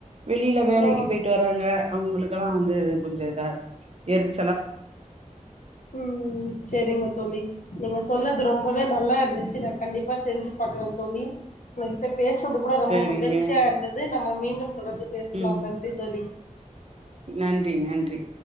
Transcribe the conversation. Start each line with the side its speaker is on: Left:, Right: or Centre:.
Right: வெளில வேலைக்கு
Left: ஆ
Right: போய்ட்டு வராங்க அவுங்ளுக்கெலா வந்து கொஞ்சோ இதாருக்கு எதுக்
Left: ம் செரிங்க தோழி நீங்க சொன்னது ரொம்பவே நல்லா இருந்துச்சி நா கண்டிப்பா செஞ்சு பாக்குற தோழி உங்ககிட்ட பேசுனது கூட ரொம்ப
Right: சேரிங்க
Left: மகிழ்ச்சியா இருந்தது நம்ம மீண்டும் தொடர்ந்து பேசலாம்
Right: ம்
Left: நன்றி தோழி
Right: நன்றி நன்றி